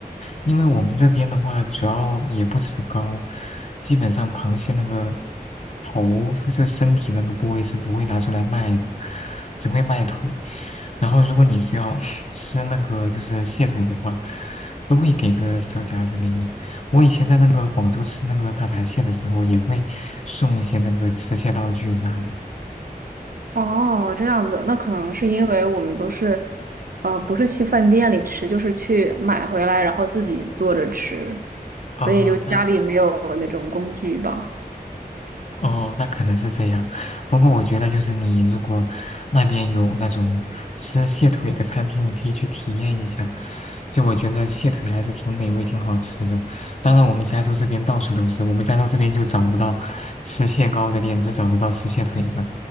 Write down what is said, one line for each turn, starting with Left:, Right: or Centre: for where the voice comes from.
Left: 因为我们这边的话，主要也不吃膏，基本上螃蟹那个头或者身体那个部位是不会拿出来卖的，只会卖腿。然后如果你是要 <laughs> 吃那个就是蟹腿的话，都会给个小夹子给你。我以前在那个广州吃那个大闸蟹的时候，也会送一些那个吃蟹道具啥的。
Right: 哦，这样子，那可能是因为我们都是，呃，不是去饭店里吃，就是去买回来，然后自己做着吃，
Left: 哦，
Right: 所以就家里没有那种工具吧。
Left: 那哦，那可能是这样。不过我觉得，就是你如果那边有那种吃蟹腿的餐厅，你可以去体验一下。就我觉得蟹腿还是挺美味、挺好吃的。当然，我们加州这边到处都是，我们加州这边就找不到吃蟹膏的店，只找得到吃蟹腿的。